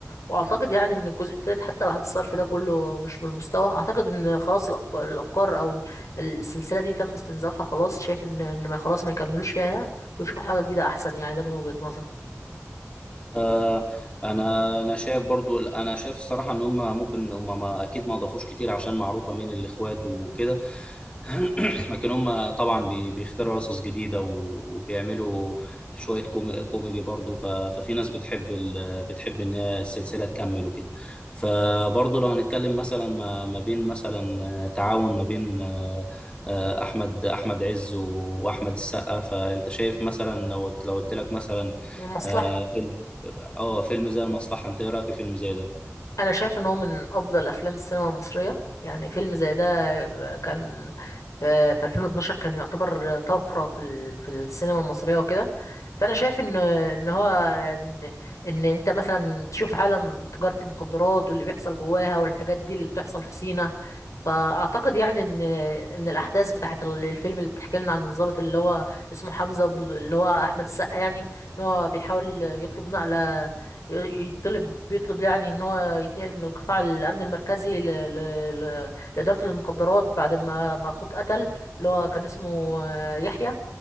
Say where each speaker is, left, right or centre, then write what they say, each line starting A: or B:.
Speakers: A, on the left (about 80°); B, on the left (about 20°).
A: واعتقد يعني ان الجزء التالت حتى بعد الصرف ده كله مش بالمستوى اعتقد ان خلاص الافكار, الأفكار او السلسله دي تم استنزافها خلاص شايف ان ان ما خلاص ما يكملوش فيها ويشوفوا حاجه جديده احسن يعني ده من وجهه نظري
B: آه، انا انا شايف برضو انا شايف الصراحه ان هم ممكن هم ما اكيد ما اضافوش كتير عشان معروفه مين الاخوات وكده <clears throat> لكن هم طبعا بي- بيخترعوا قصص جديده و- وبيعملوا شويه كوم- كوميدي برضو ف- ففي ناس بتحب ال... بتحب ان هي السلسله تكمل وكده فبرضو لو هنتكلم مثلا ما, ما بين مثلا آه، تعاون ما بين آه، آه، احمد احمد عز واحمد السقا فانت شايف مثلا لو لو قلت لك مثلا
A: المصلحة
B: آه، فيلم اه فيلم زي المصلحة انت ايه رأيك في فيلم زي ده
A: انا شايف ان هو من افضل افلام السينما المصريه يعني فيلم زي ده كان في في 2012 كان يعتبر طفره في ال- في السينما المصريه وكده فانا شايف ان ان هو ان ان انت مثلا تشوف عالم تجاره المخدرات واللي بيحصل جواها والحاجات دي اللي بتحصل في سينا فاعتقد يعني ان ان الاحداث بتاعه الفيلم اللي بتحكي لنا عن الضابط اللي هو اسمه حمزه بز- اللي هو احمد السقا يعني ان هو بيحاول يطلب نقله يطلب بيطلب يعني ان هو يتنقل من القطاع الامن المركزي ل... ل... ل... لاداره المخدرات بعد ما ما اخوه اتقتل اللي هو كان اسمه آه، يحيى